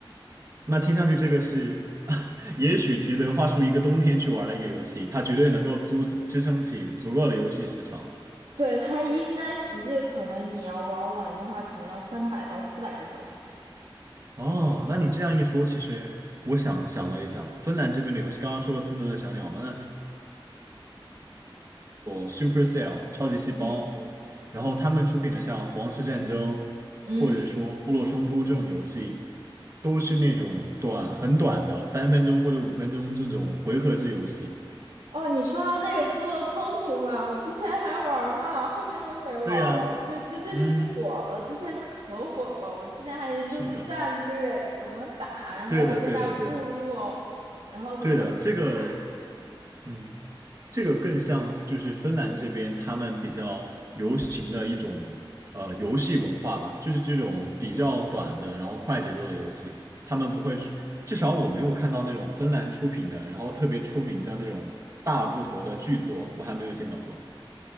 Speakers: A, on the right; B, on the right.
A: 那听上去这个是，<laughs> 也许吉德花出一个冬天去玩的一个游戏，它绝对能够支支撑起足够的游戏时长。
B: 对，它应该实际可能你要玩完的话，可能要三百到四百个小时。
A: 哦，那你这样一说，其实我想想了一下，芬兰这边的游戏，刚刚说了《愤怒的小鸟》嘛，那 Supercell 超级细胞，
B: 嗯
A: 然后他们出品的像《皇室战争》
B: 嗯，
A: 或者说《部落冲突》这种游戏，
B: 嗯
A: 都是那种短很短的三分钟或者五分钟这种回合制游戏。
B: 哦，你说到这个部落冲突嘛，我之前还玩儿呢，后面就没玩儿了。
A: 对呀，
B: 最最最近不火了，
A: 嗯，
B: 之前可火了。我之前还研究个战略，
A: 是的，
B: 怎么打，然后还加加部落，
A: 对的，对的，对的，
B: 然后怎么去打。
A: 对的，这个。嗯，这个更像就是芬兰这边他们比较流行的一种呃游戏文化吧，就是这种比较短的，然后快节奏的游戏，他们不会去至少我没有看到那种芬兰出品的，然后特别出名的那种大部头的巨作，我还没有见到过。